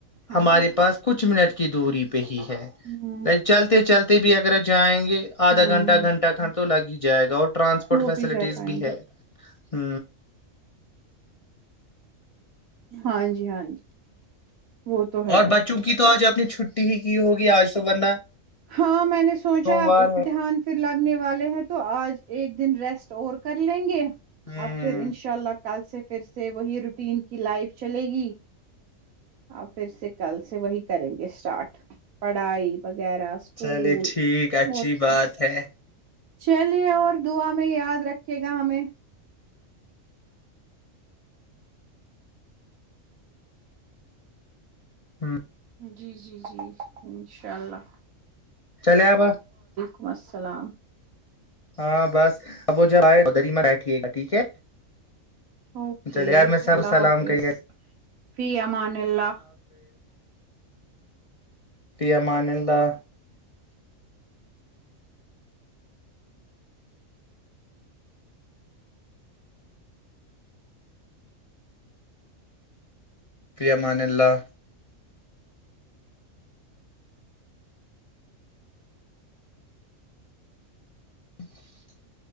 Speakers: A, on the right (about 85°); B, on the left (about 40°).
A: ہاں
B: ہمارے پاس کچھ منٹ کی دوری پہ ہی ہے
A: ہوں
B: ل چلتے چلتے بھی اگر <unintelligible> آدھا
A: ہوں
B: گھنٹہ گھنٹہ کھنٹ تو لگ ہی جائے گا اور ٹرانسپورٹ
A: وہ
B: فیسلٹیز
A: بھی جا پائیں
B: بھی ہے
A: گے
B: ہ
A: ہاں جی ہاں جی وہ تو ہے
B: اور بچوں کی تو آج اپنی چھٹی ہی کی ہوگی آج تو ورنہ
A: ہاں میں نے سوچا
B: سوموار
A: آپ امتحان
B: ہے
A: پھر لگنے والے ہیں تو آج ایک دن ریسٹ اور کر لیں گے
B: ہ
A: اب پھر انشاء اللہ کل سے پھر سے وہی روٹین کی لائف چلے گی آ پھر سے کل سے وہی کریں گے اسٹارٹ پڑھائی وغیرہ اسکول
B: چلے ٹھیک اچھی
A: اور کیا
B: بات ہے
A: چلیے اور دعا میں یاد رکھے گا ہمیں
B: <unintelligible>
A: <unintelligible> جی جی انشاء اللہ
B: <unintelligible>
A: <unintelligible>
B: ہاں بس اب وہ جو آ چودریما بیٹھیے گا ٹھیک ہے
A: اوکے
B: چلے یار میں سب
A: اللہ
B: سلام
A: حافظ
B: کہیے گا
A: فی امان اللہ
B: پیامانلہ امان اللہ <inaudible>